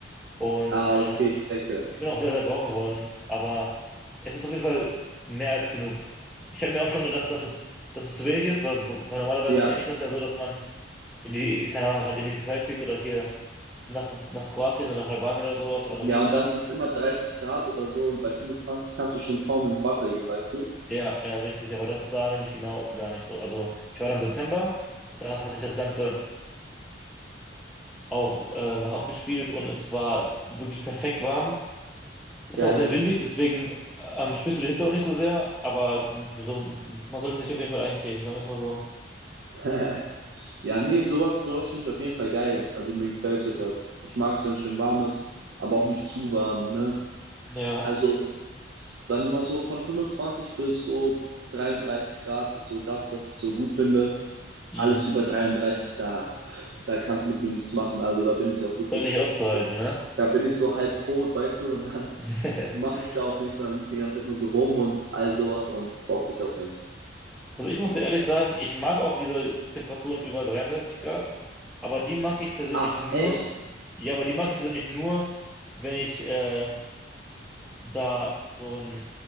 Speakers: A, in the centre; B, on the right.
A: Und
B: Ah,
A: äh,
B: okay, ich checke.
A: ich bin auch sehr, sehr braun geworden. Aber es ist auf jeden Fall mehr als genug. Ich habe mir auch schon gedacht, dass es, dass es zu wenig ist, weil, weil normalerweise
B: Ja,
A: kenne ich das ja so, dass man in die, keine Ahnung, halt in die Türkei fliegt oder hier nach, nach Kroatien oder nach Albanien oder sowas oder nach
B: ja,
A: Griechenland
B: und dann sind es immer 30 Grad oder so und bei 25 kannst du schon kaum ins Wasser gehen, weißt du?
A: Ja, ja, richtig. Aber das ist da nämlich genau gar nicht so. Also ich war da im September, da hat sich das Ganze auch äh, noch abgespielt und es war wirklich perfekt warm. Ist
B: Geil.
A: auch sehr windig, deswegen äh, ähm, spürst du die Hitze auch nicht so sehr, aber so, man sollte sich auf jeden Fall eincremen, sagen wir es mal so.
B: <laughs> Ja, nee, sowas, sowas finde ich auf jeden Fall geil. Also mir gefällt so etwas. Ich mag es, wenn es schön warm ist, aber auch nicht zu warm, ne?
A: Ja,
B: Also, sagen wir mal so, von 25 bis so 33 Grad ist so das, was ich so gut finde.
A: mhm.
B: Alles über 33, da, pff, da kannst mit mir nichts machen. Also da bin ich auch wirklich,
A: Halt nicht auszuhalten, ne?
B: da bin ich so halb tot, weißt du, und dann
A: <laughs>
B: mache ich da auch nichts, sondern liegt die ganze Zeit nur so rum und all sowas und es bockt sich auch nicht.
A: Also ich muss dir ehrlich sagen, ich mag auch diese Temperaturen über 33 Grad, aber die mag ich persönlich
B: Ach,
A: nur,
B: echt?
A: ja, aber die mag ich persönlich nur, wenn ich äh, da so ein